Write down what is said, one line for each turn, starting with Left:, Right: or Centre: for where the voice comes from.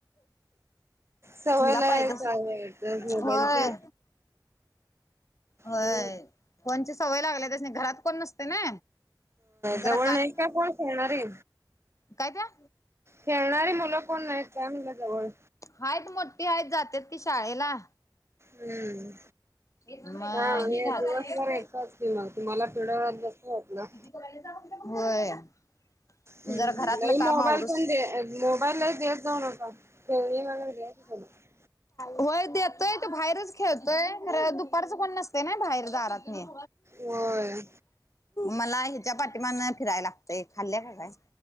Right: सवय
Left: हिला
Right: लय
Left: पाहिच
Right: चालू मोबाईलची
Left: होय. होय
Right: हम्म
Left: कोणची सवय लागल्या त्याच नाही घरात कोण नसते ना. जरा
Right: जवळ नाही का कोण खेळणारी
Left: कायत्या
Right: खेळणारी मुलं कोण नाही काय मुलं जवळ
Left: आहेत मोठठी आहेत जातेत ती शाळेला
Right: हम्म.
Left: मग
Right: हा
Left: ही राहत
Right: दिवसभर एककाच त मग तुम्हाला चिडवत जास वात ना.
Left: हो.
Right: हम्म
Left: जरा घरातलं
Right: लई
Left: कामावरस
Right: मोबाईल पण दे मोबाईल लई देत जाऊ नका खेळणी वगैरे द्यायची सोडा
Left: वय देतोय त बाहेरच खेळतोय दुपारचं कोण नसत ना बाहेर दारात नाही.
Right: होय
Left: मला हिच्या पाठीमा फिरायला लागतय खाल्ल का काय?